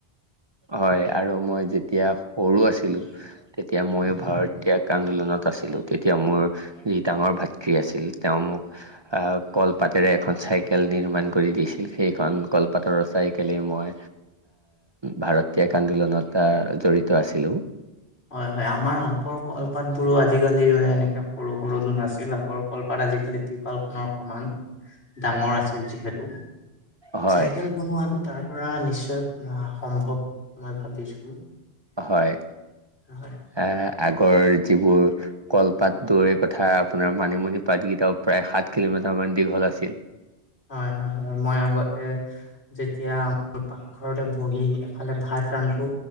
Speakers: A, on the right (about 30°); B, on the left (about 85°).
A: হয় আৰু মই যেতিয়া সৰু আছিলো তেতিয়া মইও ভাৰত্যাগ আন্দোলনত, আ তেতিয়া মোৰ যি ডাঙৰ ভাতৃ আছিল তেওঁ মোক কলপাতেৰে এখন চাইকেল নিৰ্মাণ কৰি দিছিল সেইখন কলপাতৰৰ চাইকেলে মই ভাৰত ত্যাগ আন্দোলনত জড়িত আছিলোঁ
B: হয় হয় আমাৰ আগৰ কলপাত বোৰো আজিকালিৰ দৰে এনেকে সৰু সৰু নাছিল আগৰ কলপাত আজিকালি টিপালখনৰ সমান ডাঙৰ আছিল যিহেতু,
A: হয়
B: চাইকেল বনোৱাটো তাৰ পৰা নিশ্চয় সম্ভৱ মই ভাবিছোঁ
A: হয়‌,
B: হয়
A: এ আজি ৰ যিবোৰ কলপাত দৌৰে কথা আপোনাৰ মানিমুনি পাত কেইটা প্ৰায় সাত কিলোমিটাৰ ইমান দীঘল আছিল
B: হয় হয় হয় মই আগতে যেতিয়া পাকঘৰতে বহি এফালে ভাত ৰান্ধো